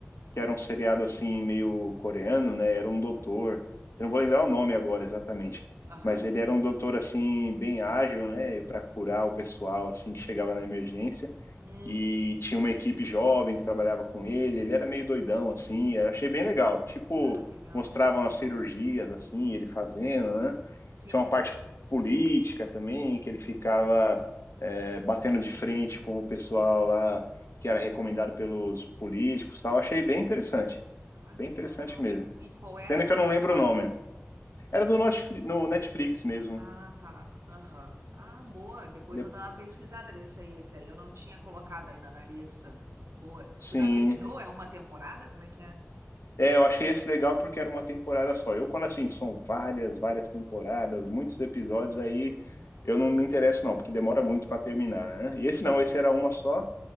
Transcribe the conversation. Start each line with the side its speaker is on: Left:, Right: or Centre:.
Left: que era um seriado assim meio coreano, né? Era um doutor. Eu não vou lembrar o nome agora exatamente,
Right: aham.
Left: mas ele era um doutor assim bem ágil, né, para curar o pessoal assim que chegava na emergência.
Right: Hum.
Left: E tinha uma equipe jovem que trabalhava com ele. Ele era meio doidão assim, eu achei bem legal. Tipo,
Right: Ah, legal.
Left: mostravam as cirurgias assim, ele fazendo, né?
Right: Sim.
Left: Tinha uma parte política também, que ele ficava é, batendo de frente com o pessoal lá que era recomendado pelos políticos, e tal. Achei bem interessante,
Right: Ah, legal.
Left: bem interessante mesmo.
Right: E, e qual era
Left: Pena
Right: a
Left: que
Right: plataforma?
Left: eu não lembro o nome. Era do Notfli- no Netflix mesmo.
Right: Ah, tá. Aham. Ah, boa. Depois
Left: De-
Right: vou dar uma pesquisada nesse aí. Esse aí eu não tinha colocado ainda na lista. Boa.
Left: Sim,
Right: Tu já terminou? É uma temporada? Como é que é?
Left: é, eu achei esse legal porque era uma temporada só. Eu, quando assim, são várias, várias temporadas, muitos episódios, aí eu não me interesso, não, porque demora muito para terminar, né? E esse não, esse era uma só,